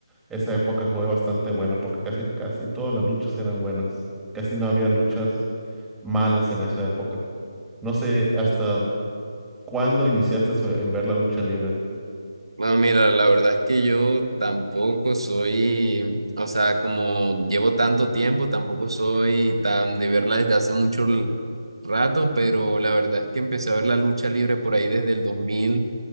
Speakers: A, in the centre; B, on the right.
A: esa época fue bastante buena porque casi, casi todas las luchas eran buenas. Casi no había luchas malas en esa época. No sé, hasta ¿Cuándo iniciaste su- en ver la lucha libre?
B: Bueno, mira, la verdad es que yo tampoco soy, o sea, como llevo tanto tiempo, tampoco soy tan de verla desde hace mucho l- rato, pero la verdad es que empecé a ver la lucha libre por ahí desde el dos dos mil